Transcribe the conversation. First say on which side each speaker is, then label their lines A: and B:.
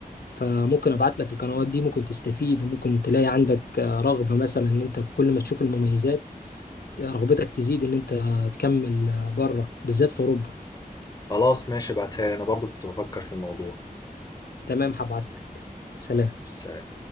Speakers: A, on the left (about 80°); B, on the left (about 25°).
A: فممكن ابعت لك القنوات دي ممكن تستفيد وممكن تلاقي عندك آه، رغبة مثلا ان انت كل ما تشوف المميزات رغبتك تزيد ان انت تكمل آه، بره بالذات في اوروبا
B: خلاص ماشي ابعتها لي انا برضو كنت بفكر في الموضوع
A: تمام هبعت لك سلام
B: سلام